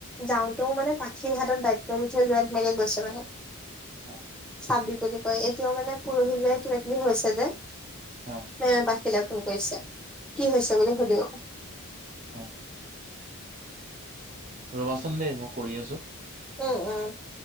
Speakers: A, in the centre; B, on the right (about 35°).
A: যাওঁতেও মানে পাখিৰ হাতত দায়িত্ব দি থৈ যোৱা তেনেকে গৈছে মানে।
B: অ',
A: চাবি বুলি কয় এতিয়াও মানে পৰহি দিনা কিবা -কিবি হৈছে যে
B: হা
A: ত' এনে পাখিলে ফোন কৰিছে কি হৈছে বুলি সুধো
B: <unintelligible> অহ। ৰবাচোন দে মই কৰি আছোঁ।
A: অ', অ',